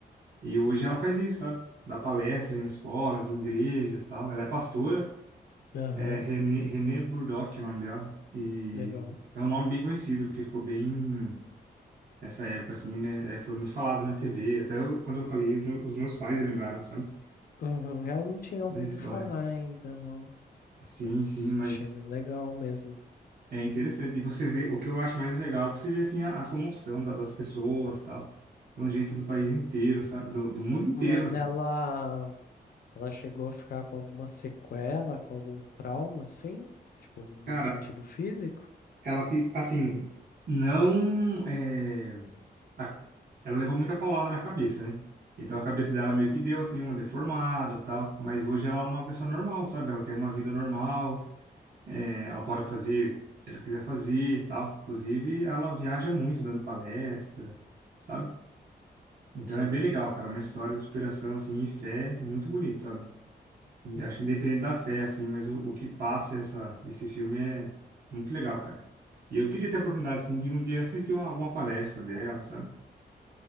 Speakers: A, on the right (about 60°); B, on the left (about 60°).
A: E hoje ela faz isso, sabe? Dá palestra em escolas, em igrejas, tal. Ela é pastora,
B: Aham,
A: é René, René Burdock, o nome dela. E
B: legal.
A: é um nome bem conhecido, porque ficou bem essa época assim, né? É, foi muito falado na TV. Até eu- quando eu falei, os meus os meus pais lembraram, sabe?
B: Uhum. Eu não tinha ouvido
A: Da história.
B: falar ainda, não.
A: Sim,
B: Mas
A: sim, mas
B: achei bem legal mesmo.
A: É interessante. E você vê, o que eu acho mais legal, você vê assim a, a comoção da- das pessoas, tal. Então, gente do país inteiro, sabe? Do, do mundo inteiro.
B: Mas
A: assim.
B: ela, ela chegou a ficar com alguma sequela, com algum trauma, sim? Tipo, no
A: Cara,
B: sentido físico?
A: ela fica assim, não é, a- ela levou muita paulada na cabeça, né? Então a cabeça dela meio que deu assim uma deformada, tal, mas hoje ela é uma pessoa normal, sabe? Ela tem uma vida normal, é, ela pode fazer o que ela quiser fazer, tal. Inclusive, ela viaja muito dando palestra, sabe? Então
B: Sim.
A: é bem legal, cara. Uma história de superação, assim, e fé muito bonito, sabe?
B: É.
A: Acho que independente da fé, assim, mas o, o que passa essa, esse filme é muito legal, cara. E eu queria ter a oportunidade, assim, de um dia assistir uma, alguma palestra dela, sabe?